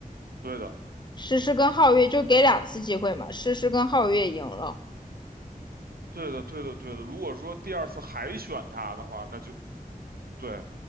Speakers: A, on the right; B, on the left.
A: 对的，
B: 诗诗跟皓月就给两次机会嘛，诗诗跟皓月赢了。
A: 对的，对的，对的。如果说第二次还选他的话，那就对。